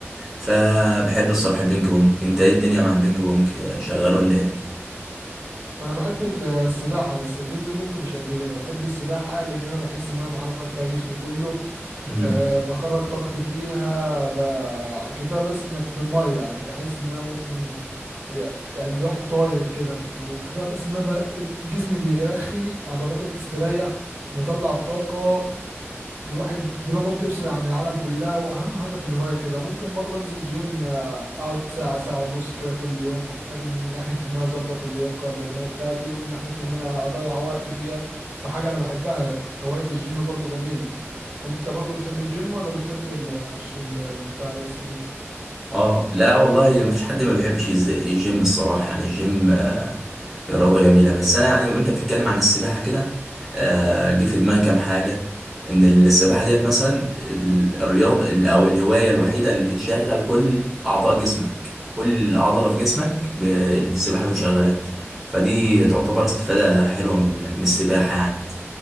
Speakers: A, in the centre; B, on the right (about 60°).
A: فبحب الصراحه البينج بونج انت ايه الدنيا مع البينج بونج آه، شغال ولا
B: أنا بحب ال- السباحة بس البينج بونج مش قد كده بحب السباحة لأن أنا بحس إن أنا بحرك فيها جسمي كله
A: ايه؟
B: أه بخرج طاقتي فيها ب... كفايه بس انك في الميه يعني بحس ان انا ممكن آه، يعني الواحد طاير كده ف... وكفايه بس ان انا ب... جسمي بيرخي عضلاتي بتستريح بطلع الطاقه الواحد دماغه بتفصل عن العالم كلها واهم حاجه في الهوايه كده ممكن برضه انزل جيم آه، اقعد ساعه ساعه ونص كده كل يوم آه، من ناحيه ان انا اظبط اللياقه البدنيه بتاعتي ومن ناحيه ان انا اضيع وقت فيها في حاجه انا بحبها هوايه الجيم برضه جميله انت برضو بتحب الجيم ولا بتحب ال- الش- ال- البتاع بس دي
A: اه لا والله ما فيش حد ما بيحبش الز- الجيم الصراحه يعني الجيم آه، رياضه جميله بس انا يعني وانت بتتكلم عن السباحه كده آه، جه في دماغي كام حاجه ان السباحه ديت مثلا ال- الرياض ال- او الهوايه الوحيده اللي بتشغل كل اعضاء جسمك كل عضله في جسمك ب- السباحه بتشغلها فدي تعتبر استفاده حلوه من من السباحه يعني